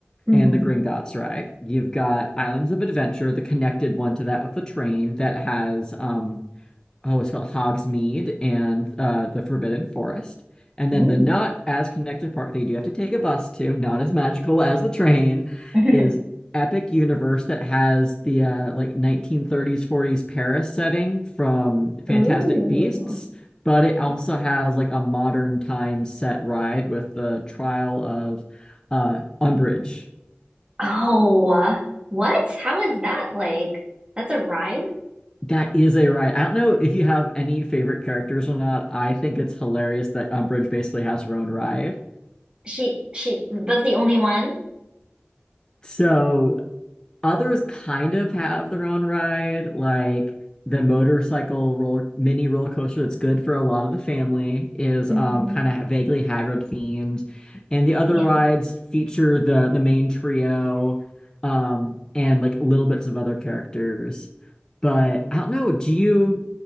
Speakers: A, on the right; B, on the left.
A: Mm.
B: and the Gringotts ride. You've got Islands of Adventure, the connected one to that with the train that has um oh, it's called Hogsmeade and uh, the Forbidden Forest. And
A: Ooh.
B: then the not as connected part that you do have to take a bus to, not as magical as the train,
A: <laughs>
B: is Epic Universe that has the uh, like 1930s, 40s Paris setting from Fantastic
A: Ooh.
B: Beasts, but it also has like a modern time set ride with the trial of uh, Umbridge.
A: Oh, what? How is that like? That's a ride?
B: That is a ride. I don't know if you have any favorite characters or not. I think it's hilarious that Umbridge basically has her own ride.
A: She, she, that's the only one?
B: So others kind of have their own ride, like the motorcycle roller mini roller coaster that's good for a lot of the family is
A: hmm
B: um kind of vaguely Hagrid themed, and the other
A: Yeah.
B: rides feature the the main trio, um and like little bits of other characters. But I don't know, do you